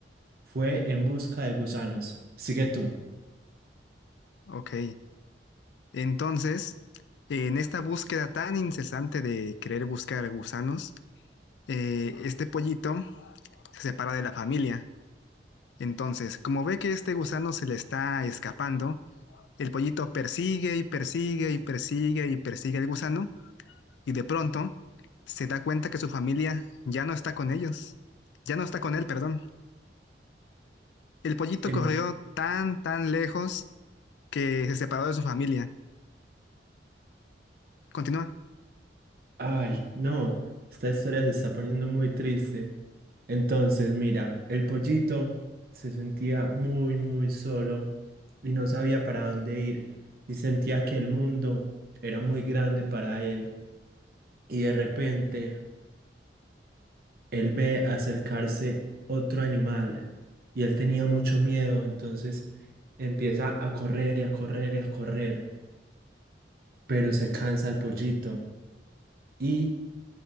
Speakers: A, on the right (about 55°); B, on the left (about 75°).
A: fue en busca de gusanos. Sigue tú.
B: Ok. Entonces, en esta búsqueda tan incesante de querer buscar gusanos, eh, este pollito se separa de la familia. Entonces, como ve que este gusano se le está escapando, el pollito persigue y persigue y persigue y persigue al gusano y de pronto se da cuenta que su familia ya no está con ellos, ya no está con él, perdón. El pollito
A: En-
B: corrió tan, tan lejos que se separó de su familia. Continúa.
A: Ay, no, esta historia se está poniendo muy triste. Entonces, mira, el pollito se sentía muy, muy solo y no sabía para dónde ir y sentía que el mundo era muy grande para él. Y de repente, él ve acercarse otro animal y él tenía mucho miedo, entonces empieza a correr y a correr y a correr, pero se cansa el pollito y